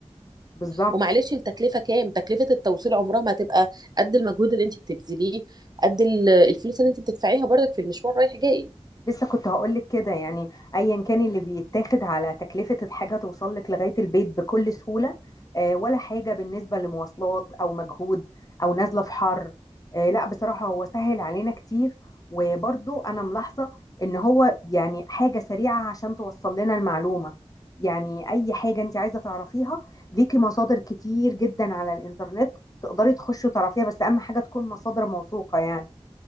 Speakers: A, on the left; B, on the right.
A: بالظبط
B: ومعلش التكلفه كام تكلفه التوصيل عمرها ما هتبقى قد المجهود اللي انت بتبذليه قد ال- الفلوس اللي انت بتدفعيها برضك في المشوار رايح جاي
A: لسه كنت هقولك كده يعني ايا كان اللي بيتاخد على تكلفة الحاجة توصل لك لغاية البيت بكل سهولة آه، ولا حاجة بالنسبة لمواصلات او مجهود او نازلة في حر آه، لا بصراحة هو سهل علينا كتير وبرضو انا ملاحظة ان هو يعني حاجة سريعة عشان توصل لنا المعلومة يعني اي حاجة انت عايزة تعرفيها ليكي مصادر كتير جدا على الانترنت تقدري تخشي وتعرفيها بس اهم حاجة تكون مصادر موثوقة يعني